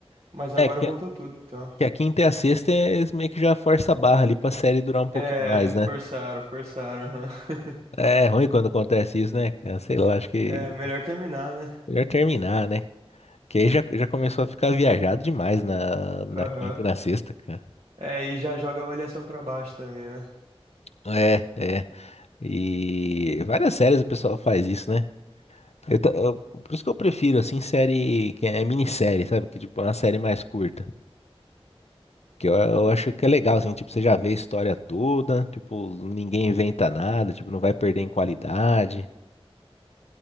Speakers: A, on the right (about 65°); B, on the left (about 85°).
A: Mas agora
B: É,
A: voltou tudo, então.
B: Que a quinta e a sexta é eles meio que já força a barra ali pra série durar um pouquinho
A: É,
B: mais,
A: forçaram,
B: né?
A: forçaram. aham. <laughs>
B: É ruim quando acontece isso, né, cara? Sei lá, acho que
A: É, melhor terminar, né?
B: melhor terminar, né? Que aí já, já começou a ficar viajado demais na, na
A: Aham.
B: quinta e na sexta, cara.
A: É, e já joga a avaliação pra baixo também, né?
B: É, é. E várias séries o pessoal faz isso, né? Eu ta- eu- por isso que eu prefiro, assim, série que é minissérie, sabe? Que tipo, é uma série mais curta. Que eu, eu acho que é legal, assim, tipo, você já vê a história toda, tipo, ninguém inventa nada, tipo, não vai perder em qualidade.